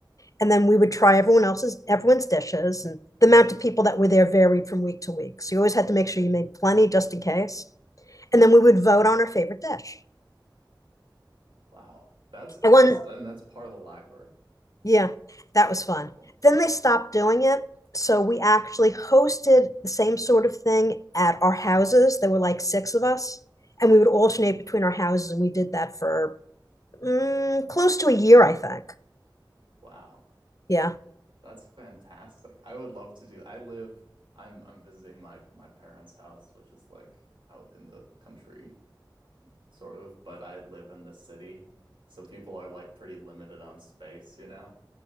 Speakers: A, on the left; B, on the right.
A: And then we would try everyone else's everyone's dishes, and the amount of people that were there varied from week to week. So you always had to make sure you made plenty just in case. and then we would vote on our favorite dish.
B: Wow. That's
A: I
B: awesome.
A: won.
B: And that's part of the library.
A: Yeah, that was
B: That's
A: fun.
B: so cool.
A: Then they stopped doing it. So we actually hosted the same sort of thing at our houses. There were like six of us, and we would alternate between our houses. And we did that for mm, close to a year, I think.
B: Wow.
A: Yeah.
B: That's fantastic. I would love to do. I live I'm I'm visiting my my parents' house, which is like out in the country sort of, but I live in the city. So people are like pretty limited on space, you know?